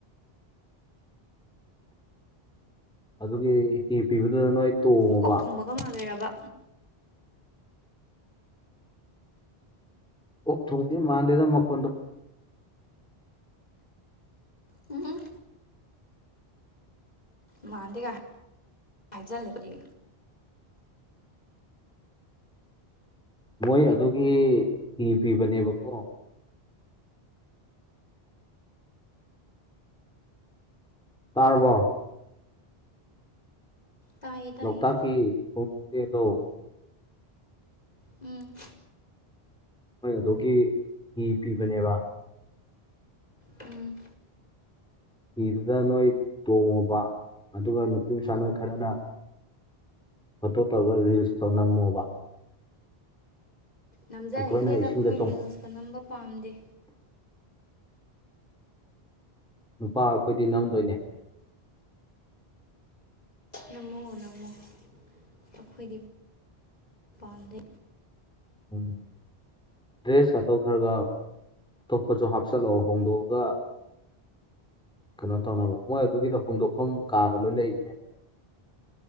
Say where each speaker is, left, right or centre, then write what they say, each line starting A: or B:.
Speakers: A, in the centre; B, on the left.
A: ꯑꯗꯨꯒꯤ ꯍꯤ ꯄꯤꯕꯗ ꯅꯣꯏ ꯇꯣꯡꯉꯣꯕ
B: ꯑꯣꯛ ꯊꯨꯡꯕꯒ ꯃꯥꯜꯂꯤꯔꯕ
A: ꯑꯣꯛ ꯊꯣꯡꯕꯗꯤ ꯃꯥꯟꯗꯦꯗ ꯃꯈꯣꯟꯗꯣ
B: ꯎꯝ ꯍꯨꯝ ꯃꯥꯗꯦꯀꯥꯏ ꯍꯥꯏꯖꯜꯂꯗꯤ
A: ꯃꯣꯏ ꯑꯗꯨꯒꯤ ꯍꯤ ꯐꯤꯕꯅꯦꯕꯀꯣ ꯇꯥꯔꯕꯣ
B: ꯇꯥꯏꯌꯦ ꯇꯥꯏꯌꯦ
A: ꯂꯣꯛꯇꯥꯛꯀꯤ ꯈꯣꯡꯆꯦꯗꯣ
B: ꯎꯝ
A: ꯃꯣꯏ ꯑꯗꯨꯒꯤ ꯍꯤ ꯄꯤꯕꯅꯦꯕ
B: ꯎꯝ
A: ꯏꯤꯗꯨꯗ ꯅꯣꯏ ꯇꯣꯡꯉꯨꯕ ꯑꯗꯨꯒ ꯅꯨꯄꯤ ꯃꯆꯥ ꯅꯣꯏ ꯈꯔꯅ ꯐꯣꯇꯣ ꯇꯧꯔꯒ ꯔꯤꯜꯁꯇꯣ ꯅꯝꯃꯣꯕ
B: ꯅꯝꯖꯅꯤꯡꯗꯦꯗ
A: ꯑꯩꯈꯣꯏꯅ ꯏꯁꯤꯡꯗ
B: ꯑꯩꯈꯣꯏ
A: ꯆꯣꯡ
B: ꯔꯤꯜꯁꯀ ꯅꯝꯕ ꯄꯥꯝꯗꯦ
A: ꯅꯨꯄꯥ ꯑꯩꯈꯣꯏꯗꯤ ꯅꯝꯗꯣꯏꯅꯦ
B: ꯅꯝꯃꯣ ꯅꯝꯃꯣ ꯑꯩꯈꯣꯏꯗꯤ ꯄꯥꯝꯗꯦ
A: ꯎꯝ ꯗ꯭ꯔꯦꯁꯀꯗꫭ ꯈ꯭ꯔꯒ ꯑꯇꯣꯞꯄꯁꯨ ꯍꯥꯞꯆꯤꯜꯂꯛꯑꯣ ꯍꯣꯡꯗꯣꯛꯑꯒ ꯀꯩꯅꯣ ꯇꯧꯅꯕ ꯃꯣꯏ ꯑꯗꯨꯒꯤꯗꯣ ꯍꯣꯡꯗꯣꯛꯐꯝ ꯀꯥꯒ ꯂꯣꯏ ꯂꯩꯕꯅꯦꯕ